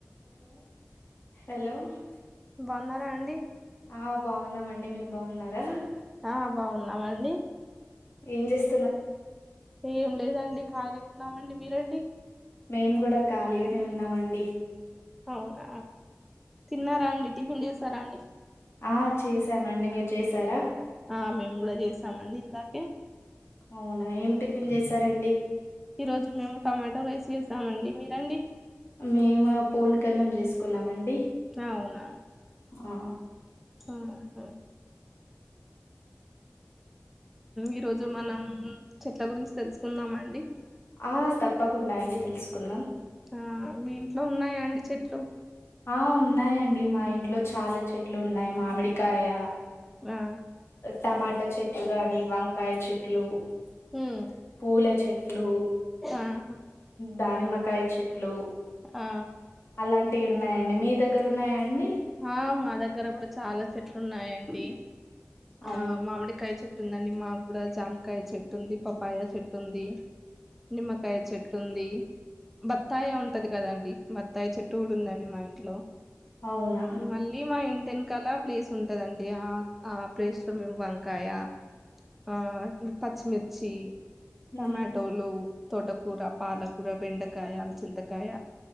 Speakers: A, on the left; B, in the centre.
A: Hello hello
B: బాగున్నారా
A: బావున్నారండి
B: అండి
A: ఆ బావున్నామండి మీరు బాన్నారా
B: ఆ బావున్నామండి
A: ఏం చేస్
B: ఏం లేదండి ఖాళీగున్నామండి మీరండి
A: మేము గూడా ఖాళీగానే ఉన్నామండి
B: అవునా తిన్నారా అండి టిఫిన్ చేసారా అండి
A: ఆ చేశామండి మీరు చేసారా
B: ఆ మేము కూడా చేసామండి ఇందాకే
A: అవునా ఏం టిఫిన్ చేసారండి
B: ఈ రోజు మేము టొమాటో రైస్ చేసామండి మీరండి
A: మేమ పోన్ కన్నం జేసుకున్నామండి
B: అవునా
A: ఆ
B: ఆహా ఈ రోజు మనం చెట్ల గురించి తెలుసుకుందామ అండి
A: ఆ తప్పకుండా అండి తెలుసుకుందాం
B: ఆ మీ ఇంట్లో ఉన్నాయా అండి చెట్లు
A: ఆ ఉన్నాయండి మా ఇంట్లో చాలా చెట్లు ఉన్నాయి మామిడికాయ
B: ఆ
A: టమాటా చెట్లు గాని వంకాయ చెట్లు
B: ఉమ్
A: మ్ పూల చెట్లు
B: ఆహా
A: దానిమ్మకాయ చెట్లు
B: ఆ
A: అలాంటి ఉన్నాయండి మీ దగ్గర ఉన్నాయా అండి
B: ఆ మా దగ్గర కూడా చాలా చెట్లు ఉన్నాయండి ఆ
A: అవును
B: మామిడికాయ చె చెట్టుందండి మాకు కూడా జామకాయ చెట్టు ఉంది పపాయ చెట్టు ఉంది నిమ్మకాయ చెట్టు ఉంది బత్తాయ ఉంటది కదండి బత్తాయ చెట్టు కూడా ఉందండి మా ఇంట్లో
A: అవునా
B: మళ్ళీ మా ఇంటి వెనకాల ప్లేస్ ఉంటదండి ఆ ఆ ప్లేస్ లో మేము వంకాయ ఆ ఇ పచ్చిమిర్చి
A: ఉమ్.
B: టమాటోలు తొటకూర పాలకూర బెండకాయ చింతకాయ